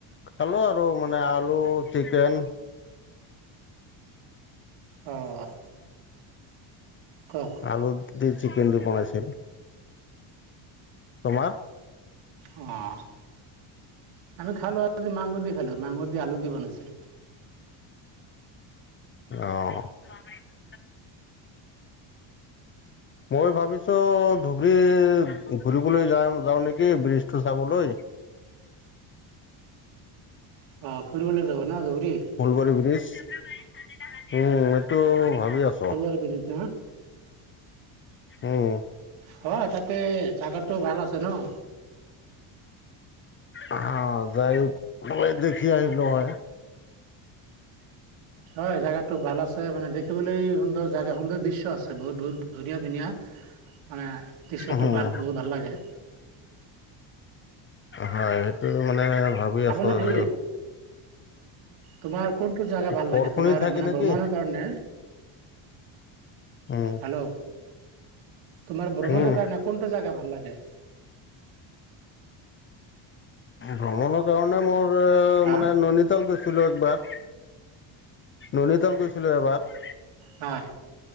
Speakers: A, on the left (about 30°); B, on the right (about 75°).
A: খালো আৰু মানে আলু, চিকেন
B: অঁ কওক।
A: আলু দি চিকেন দি বনাইছিল। তোমাৰ?
B: অঁ আমি খালো আজি মাংস দি খালো, মাংসৰ দি আলু দি বনাইছিল।
A: অহ। <unintelligible> মই ভাবিছো ধুবুৰী ঘুৰিবলৈ যাওঁ যাওঁ নেকি ব্ৰিজটো চাবলৈ।
B: অঁ, ফুৰিবলৈ যাব না ধুবুৰী?
A: ফুলবাৰী ব্ৰীজ উম, এইটো ভাবি আছ
B: ফলুৱাৰি ব্ৰীজ না?
A: উম
B: হয়, তাতে জাগাটো ভাল আছে ন'?
A: অঁ যায় মই দেখি আহিলো হয়।
B: হয়, জাগাটো ভাল আছে মানে দেখিবলৈ সুন্দৰ জেগা সুন্দৰ দৃশ্য আছে, বহুত বহুত ধুনীয়া ধুনীয়া। মানে দৃশটো
A: উম
B: ভাল বহুত ভাল লাগে।
A: হয়, সেইটো মানে ভাবি
B: আপোনাৰ
A: আছো যে
B: এই তোমাৰ কোনটো জাগা ভাল
A: বৰষুণি
B: লাগে তোমাৰ
A: থাকে
B: মানে
A: নেকি
B: ভ্ৰমণৰ কাৰণে?
A: উম
B: হেল্ল' তোমাৰ ভ্ৰমণৰ
A: উম
B: কাৰণে কোনটো জেগা ভাল লাগে?
A: ভ্ৰমণৰ কাৰণে মোৰ
B: হা
A: মানে নৈনিতাল গৈছি ছিলো একবাৰ, ননিতল গৈছিলো এবাৰ।
B: হয়